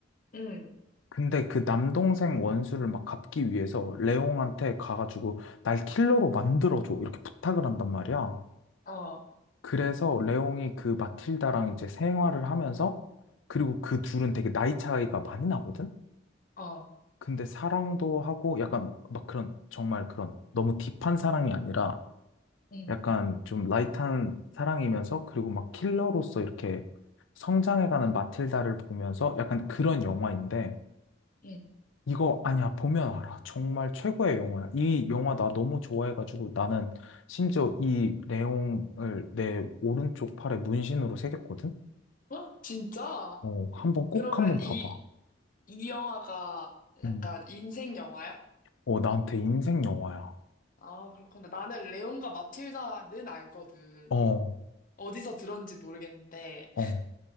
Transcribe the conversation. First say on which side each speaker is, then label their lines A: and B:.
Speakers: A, on the left; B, on the left.
A: 응,
B: 근데 그 남동생 원수를 막 갚기 위해서 레옹한테 가가지고 날 킬러로 만들어줘 이렇게 부탁을 한단 말이야.
A: 어,
B: 그래서 레옹이 그 마틸다랑 이제 생활을 하면서 그리고 그 둘은 되게 나이 차이가 많이 나거든.
A: 어,
B: 근데 사랑도 하고 약간 막 그런 정말 그런 너무 딥한 사랑이 아니라
A: 응,
B: 약간 좀 라이트한 사랑이면서 그리고 막 킬러로서 이렇게 성장해가는 마틸다를 보면서 약간 그런 영화인데
A: 응.
B: 이거 아니야 보면 알아 정말 최고의 영화야 이 영화 나 너무 좋아해가지고 나는 심지어 이 레옹을 내 오른쪽 팔에 문신으로 새겼거든
A: 어? 진짜?
B: 어 한번 꼭
A: 그러면
B: 한번
A: 이,
B: 봐봐
A: 이 영화가 약간
B: 음.
A: 인생 영화야?
B: 어 나한테 인생 영화야
A: 아, 그렇구나. 나는 레온과 마틸다는 알거든.
B: 어
A: 어디서 들었는지 모르겠는데,
B: 어.